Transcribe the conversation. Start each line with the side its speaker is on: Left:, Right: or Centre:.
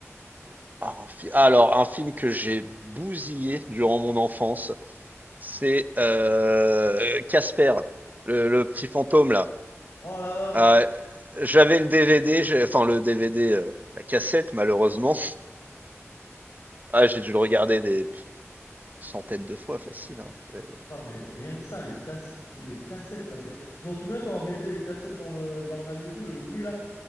Right: Ah, Un fi alors, un film que j'ai bousillé durant mon enfance, c'est euh, Casper, le, le petit fantôme là.
Left: Oh là là!
Right: Euh, j'avais le DVD, j'ai- enfin le DVD, euh, la cassette malheureusement. Ah, j'ai dû le regarder des centaines de fois, facile. hein. C'est-
Left: Putain, mais rien que ça, les casques, les cassettes, quoi. C'est, tu t'en souviens quand on mettait les cassettes dans le, dans le magnéto, le bruit là?